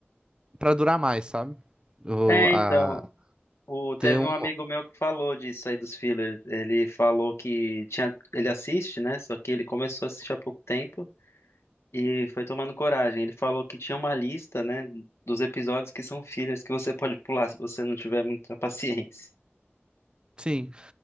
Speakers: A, on the right; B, on the left.
A: pra durar mais, sabe? O,
B: É,
A: a,
B: então. O, teve
A: ter um...
B: um amigo meu que falou disso aí dos fillers. Ele falou que tinha, ele assiste, né? Só que ele começou a assistir há pouco tempo e foi tomando coragem. Ele falou que tinha uma lista, né, dos episódios que são fillers que você pode pular se você não tiver muita <laughs> paciência.
A: Sim.